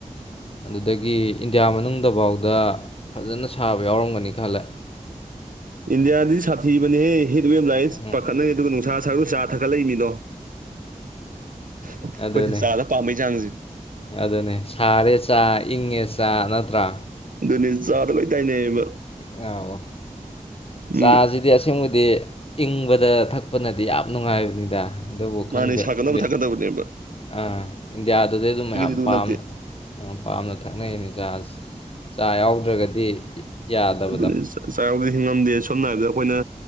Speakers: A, on the left; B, on the right.
A: ꯑꯗꯨꯗꯒꯤ ꯏꯟꯗꯤꯌꯥ ꯃꯅꯨꯡꯗ ꯐꯠꯇꯐꯥꯎꯗ ꯐꯖꯅ ꯁꯥꯕ ꯌꯥꯎꯔꯝꯒꯅꯤ ꯈꯜꯂꯦ
B: ꯏꯟꯗꯤꯌꯥꯗꯤ ꯁꯥꯊꯤꯕꯅꯦꯍꯦ ꯍꯤꯠ ꯋꯦꯕ ꯂꯥꯏꯟ
A: ꯎꯝ
B: ꯄꯥꯈꯠꯅꯅꯤ ꯑꯗꯨꯒ ꯅꯨꯡꯁꯥ ꯁꯔꯨ ꯆꯥ ꯊꯛꯒꯠꯂꯛꯏꯃꯤꯅꯣ ꯑꯩꯈꯣꯏ
A: ꯑꯗꯨꯅꯦ
B: ꯍꯁꯇꯥꯗ ꯄꯥꯝꯝꯕꯩ ꯆꯥꯡꯁꯦ
A: ꯑꯗꯨꯅꯦ ꯁꯥꯔꯦ ꯆꯥ ꯏꯪꯉꯦ ꯆꯥ ꯅꯠꯇ꯭ꯔꯥ
B: ꯑꯗꯨꯅꯦ ꯆꯥꯗ ꯂꯣꯏ ꯇꯥꯏꯅꯩꯑꯕ
A: ꯑ
B: ꯃꯤ
A: ꯆꯥꯁꯤꯗꯤ ꯑꯁꯦꯡꯕꯗꯤ ꯏꯪ ꯕꯗ ꯊꯛꯄꯅꯗꯤ ꯌꯥꯝ ꯅꯨꯡꯉꯥꯏꯕꯅꯤꯗ ꯑꯗꯨꯕꯨ ꯈꯪꯗꯦ
B: ꯃꯥꯅꯦ ꯁꯥꯒꯠꯗꯅꯕ
A: ꯏꯟꯗꯤ
B: ꯊꯥꯀꯗꯕꯅꯦꯝꯕ
A: ꯑꯥ ꯏꯟꯗꯤꯌꯥꯗꯗꯤ ꯑꯗꯨꯝ ꯃꯌꯥꯝ
B: ꯑꯗꯨ
A: ꯄꯥꯝ
B: ꯅꯠꯇꯦ
A: ꯄꯥꯝꯅ ꯊꯛꯅꯩꯅꯦ ꯆꯥꯖꯦ ꯆꯥ ꯌꯥꯎꯗ꯭ꯔꯒꯗꯤ ꯌꯥꯗꯕꯗꯣ
B: ꯑꯗꯨꯅꯦ ꯆꯥ ꯌꯥꯎꯗ꯭ꯔꯗꯤ ꯍꯤꯡꯕ ꯉꯝꯗꯦ ꯁꯝꯅ ꯍꯥꯏꯔꯕꯗ ꯑꯩꯈꯣꯏꯅ